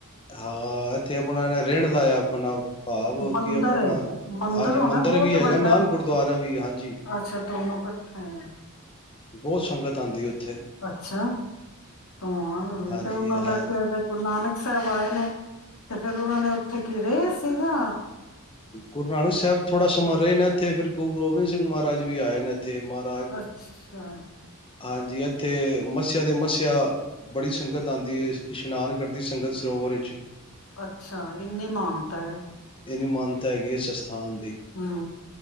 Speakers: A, on the left; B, on the left.
A: ਹਾਂ ਇੱਥੇ ਆਪਣਾ ਨੇ ਰਿਣ ਲਾਇਆ। ਆਪਣਾ ਭਾਵ
B: ਮੰਦਰ,
A: ਕਿ ਆਪਣਾ
B: ਮੰਦਿਰ
A: ਹਾਂਜੀ
B: ਹੋਣਾ ਬਹੁਤ
A: ਵੀ ਹੈਗਾ
B: ਵੱਡਾ
A: ਨਾਲ ਗੁਰਦੁਆਰਾ ਵੀ ਹਾਂਜੀ
B: ਅੱਛਾ ਦੋਨੋ ਕੱਠੇ।
A: ਬਹੁਤ ਸੰਗਤ ਆਉਂਦੀ ਹੈ ਉੱਥੇ।
B: ਅੱਛਾ, ਕਮਾਲ ਹੋਗਈ
A: ਹਾਂਜੀ
B: ਤੇ ਉਹਨਾਂ
A: ਹਾਂ
B: ਦਾ ਗੁਰੂ ਨਾਨਕ ਸਬ ਆਏ ਨੇ ਤੇ ਫਿਰ ਉਹਨਾਂ ਨੇ ਉੱਥੇ ਕੀ ਰਹੇ ਸੀਗੇ।
A: ਗੁਰੂ ਨਾਨਕ ਸਾਹਿਬ ਥੋੜਾ ਸਮਾਂ ਰਹੇ ਨੇ ਇੱਥੇ ਫਿਰ ਗੁਰੂ ਗੋਬਿੰਦ ਸਿੰਘ ਮਹਾਰਾਜ ਵੀ ਆਏ ਨੇ। ਤੇ ਮਹਾਰਾਜ
B: ਅੱਛਾ
A: ਹਾਂਜੀ, ਇੱਥੇ ਮੱਸਿਆ ਦੇ ਮੱਸਿਆ ਬੜੀ ਸੰਗਤ ਆਉਂਦੀ ਹੈ ਇਸ਼ਨਾਨ ਕਰਦੀ ਸੰਗਤ ਸਰੋਵਰ ਵਿੱਚ।
B: ਅੱਛਾ, ਇੰਨੀ ਮਾਨਤਾ ਹੈ।
A: ਇਹਨੀ ਮਾਨਤਾ ਹੈਗੀ ਹੈ ਇਸ ਅਸਥਾਨ ਦੀ
B: ਹਾਂ।